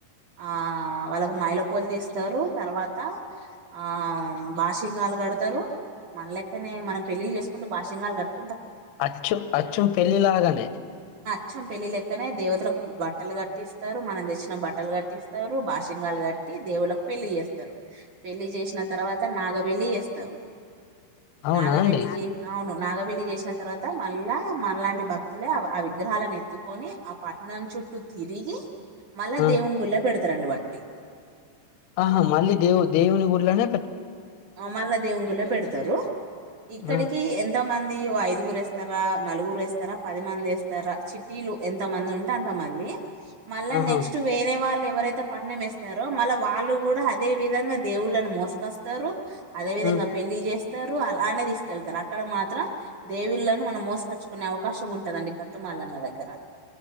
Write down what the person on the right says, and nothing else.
ఆ వాళ్ళకు మైలపోలు తీస్తారు తర్వాత ఆ బాషింగాలు గడతారు మన లేక్కనే మనం పెళ్లిళ్లు చేసుకుంటూ బాషింగాలు కట్
కొంచెం పెళ్ళి లెక్కనే దేవతలకు బట్టలు కట్టిస్తారు మనం తెచ్చిన బట్టలు కట్టిస్తారు బాషింగాలు కట్టి దేవుళ్ళకు పెళ్ళి చేస్తారు పెళ్ళి చేసిన తర్వాత త నాగబెల్లి చేస్తరు.
నాగబెల్లి
చే అవును నాగబ్ బెల్లి చేసిన తర్వాత మళ్ళా మనలాంటి భక్తులే ఆ విగ్రహాలను ఎత్తుకొని ఆ పట్నం చుట్టూ తిరిగి మళ్ళా
దేవుని గుళ్ళో పెడతారండి వాటిని
మళ్ళ దేవుని గుళ్ళో పెడతారు. ఇక్కడికి
ఎంతో మంది ఒ ఐదు గురు వేస్తారా నలుగురు వేస్తారా పది మంది వేస్తారా చిట్టిలు ఎంత మంది ఉంటే అంతమంది మళ్ళా
నెక్స్ట్ వేరే వాళ్ళు ఎవరైతే పట్ణం వేస్తారో మళ్ళా వాళ్ళు కూడా అదే విధంగా దేవుళ్లను మోస్కస్త తారు అదే విధంగా
పెళ్లిి చేస్తారు అలానే తీసుకెళ్తారు అక్కడ మాత్రం దేవుళ్ళలను మనం మోసకచ్చుకునే అవకాశం ఉంటదండి గట్టుమల్లన్న దగ్గర